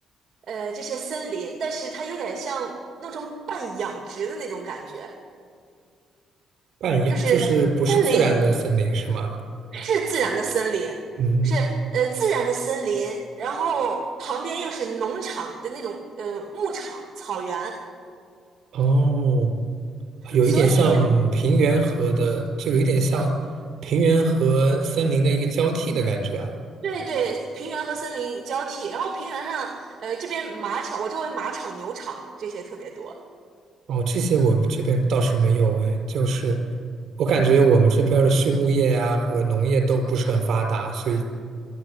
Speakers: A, on the right (about 50°); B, on the right (about 65°).
A: 呃这些森林，但是它有点像弄成半养殖的那种感觉，
B: 半一样，
A: 就是
B: 就是不是自然的森林是吗？
A: 森林是自然的森林，
B: 嗯，
A: 是呃自然的森林，然后旁边又是农场的那种呃牧场草原，
B: 哦，有一点像平原和的，
A: 所以
B: 就有一点像平原和森林的一个交替的感觉啊。
A: 对对，平原和森林交替，然后平原上呃这边马场，我周围马场、牛场这些特别多，
B: 哦，这些我们这边倒是没有哎，就是我感觉我们这边儿的畜牧业呀、和农业都不是很发达，所以